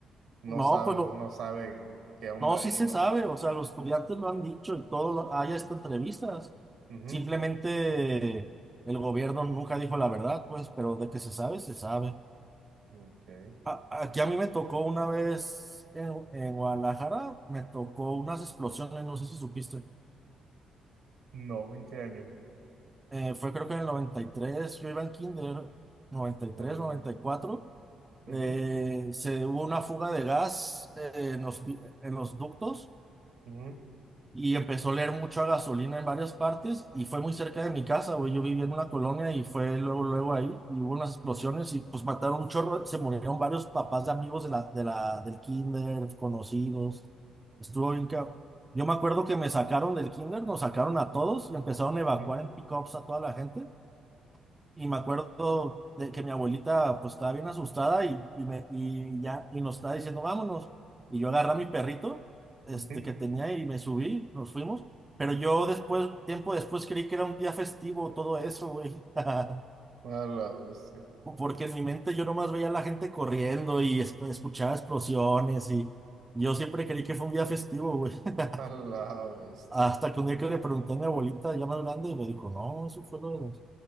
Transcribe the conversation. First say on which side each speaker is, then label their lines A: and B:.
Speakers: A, on the right (about 75°); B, on the right (about 15°).
A: no
B: No,
A: saben,
B: pues lo,
A: no saben qué onda
B: no, sí
A: ahí,
B: se
A: ¿no?
B: sabe, o sea, los estudiantes lo han dicho y todo, lo- hay hasta entrevistas.
A: Ujú.
B: Simplemente el gobierno nunca dijo la verdad, pues, pero de que se sabe, se sabe.
A: Ok.
B: A- aquí a mí me tocó una vez en, en Guadalajara, me tocó unas explosiones, no sé si supiste.
A: No, ¿en qué año?
B: Eh, fue creo que en el 93, yo iba en kinder, noventa noventa y
A: Órale.
B: tres, noventa y cuatro.
A: Ujú,
B: Eh, se hubo una fuga de gas eh, en los, vi- en los ductos
A: ujú,
B: y empezó a leer mucho a gasolina en varias partes y fue muy cerca de mi casa, güey. Yo vivía en una colonia y fue luego, luego ahí y hubo unas explosiones y pues mataron un chorro, se murieron varios papás de amigos de la, de la, del kinder, conocidos. Estuvo bien cabrón. Yo me acuerdo que me sacaron del kinder, nos sacaron a todos y empezaron a evacuar
A: ujú,
B: en pick-ups a toda la gente. Y me acuerdo de que mi abuelita pues estaba bien asustada y, y me, y ya y nos estaba diciendo vámonos. Y yo agarré a mi perrito este,
A: ujú.
B: que tenía y me subí, nos fuimos. Pero yo después, tiempo después, creí que era un día festivo todo eso, güey. <laughs>
A: A la bestia.
B: Porque en mi mente yo nomás veía a la gente corriendo y es- escuchaba explosiones y yo siempre creí que fue un día festivo, güey. <laughs>
A: A la bestia.
B: Hasta que un día que le pregunté a mi abuelita ya más grande y me dijo, no, eso fue lo de...